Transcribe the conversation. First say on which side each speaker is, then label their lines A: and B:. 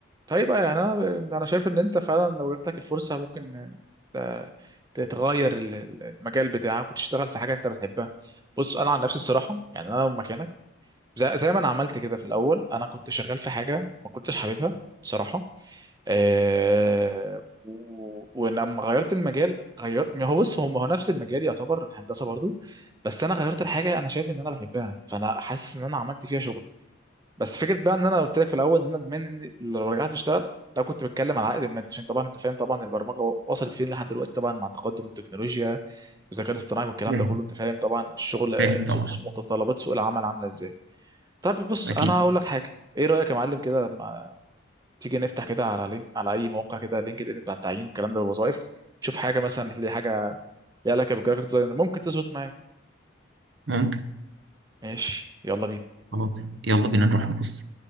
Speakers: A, on the right; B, on the right.
A: طيب يعني انا انا شايف ان انت فعلا لو جات لك الفرصه ممكن ت- تتغير ال- المجال بتاعك وتشتغل في حاجه انت بتحبها بص انا عن نفسي الصراحه يعني انا لو مكانك زي, زي ما انا عملت كده في الاول انا كنت شغال في حاجه ما كنتش حاببها بصراحه أه و- ولما غيرت المجال غير ما هو بص هو هو نفس المجال يعتبر الهندسه برضو بس انا غيرت الحاجه انا شايف ان انا بحبها فانا حاسس ان انا عملت فيها شغل بس فكره بقى ان انا قلت لك في الاول ان انا ادمان لو رجعت اشتغل لو كنت بتكلم على العائد المادي عشان طبعا انت فاهم طبعا البرمجه وصلت فين لحد دلوقتي طبعا مع تقدم التكنولوجيا والذكاء الاصطناعي والكلام
B: فاهم
A: ده كله انت فاهم طبعا الشغل آه،
B: فاهم طبعا
A: سوق- متطلبات سوق العمل عامله ازاي طب بص
B: أكيد
A: انا هقول لك حاجه ايه رايك يا معلم كده ما تيجي نفتح كده على لينك على اي موقع كده لينكد ان بتاع التعيين الكلام ده والوظائف شوف حاجه مثلا تلاقي حاجه ليها علاقه بالجرافيك ديزاينر ممكن تظبط معاك
B: ممكن
A: ماشي يلا بينا
B: خلاص يلا بينا نروح نبص